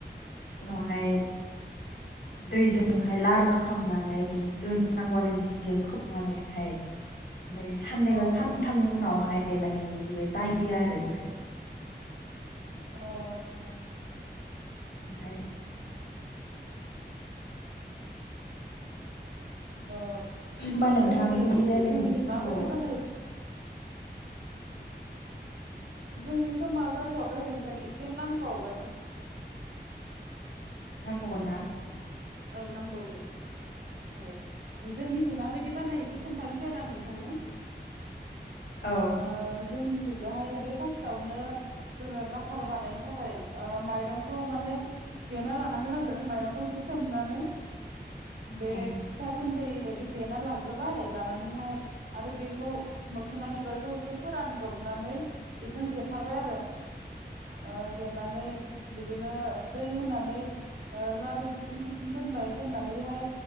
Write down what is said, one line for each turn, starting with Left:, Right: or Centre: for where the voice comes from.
Left: उनावहाय दैजोंहाय लारु खालामनानै दोननांगौ आरो जिजों खोबनानैहाय। ओमफाय साननै
Right: औ
Left: बा सानथामनि उनावहाय माने बेयो जायो आरो ओमफाय।
Right: अ आतसा।
Left: ओमफाय
Right: अ
Left: होमबा नोंथां
Right: जोंनिखै
Left: जोंनि रायलायनायनि
Right: जोंनिखै
Left: समखौ
Right: माबायदि बानायो जोंनि समा जाथ'वाखै नोंथां एसे नांबावगोन।
Left: नांबावगोनना?
Right: औ नांबावगोन औ जोंनिखि माबायदि बानायो इखौ खोन्थानोसै आरो आं नोंथांनो।
Left: औ
Right: ओ जोंनि जिगोहाय बे फार्स्टावनो जोङो बाखार बानायनो थाखाय माइरंखौ माने देना लानांगोन आरो माइरंखौ एसे सोमनानै बे
Left: अ
Right: फिथा गुन्दै बायदि देना लाग्रोबाय लानानैहाय आरो बेखौ मोखोना बिबारखौ एसे फोरानदब नानै बेजों देफाबाय आरो। ओ देनानै बिदिनो दै होनानै ओ लारु सि सिथुम सिथुम दोनबाय दोननानैहाय